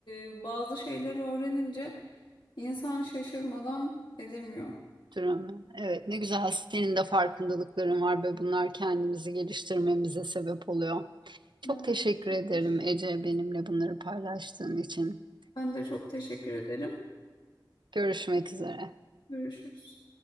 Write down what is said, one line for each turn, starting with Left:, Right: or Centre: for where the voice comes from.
Left: e, bazı şeyleri öğrenince insan şaşırmadan edemiyor.
Right: Dramı. Evet, ne güzel senin de farkındalıkların var ve bunlar kendimizi geliştirmemize sebep oluyor. Çok
Left: Evet.
Right: teşekkür
Left: çok
Right: ederim
Left: teşekkür-
Right: Ece benimle bunları paylaştığın için.
Left: Ben de çok teşekkür ederim.
Right: Görüşmek üzere.
Left: Görüşürüz.